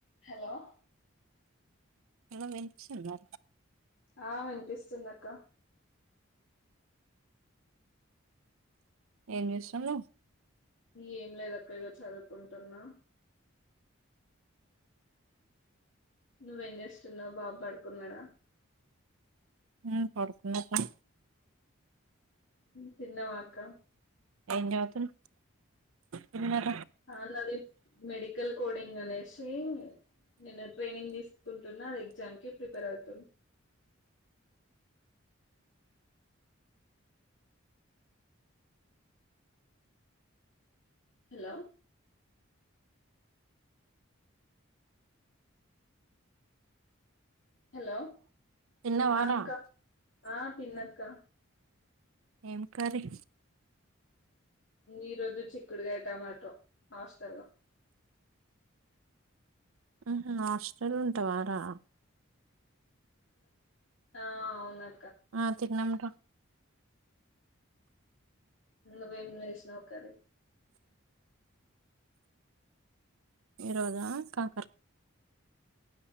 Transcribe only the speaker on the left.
hello
అహ్ వినిపిస్తుందిక్క
ఏం లేదు అక్క ఇగో చదువుకుంటున్నా నువ్వెం చేస్తున్నావ్ బాబు పడుకున్నాడా
తిన్నావా అక్క
అహ్ నాది మెడికల్ కోడింగ్ అనేసి నేను ట్రైనింగ్ తీసుకుంటున్నా ఎగ్జామ్ కి ప్రిపేర్ అవుతున్న హలో హలో
ఆక్క ఆ తిన్నత్క్క
ఈ రోజు చిక్కుడుగాయ టమాటా హాస్టల్ లో
అహ్ అవునా
నువ్వు ఏమి చేసినావు కర్రీ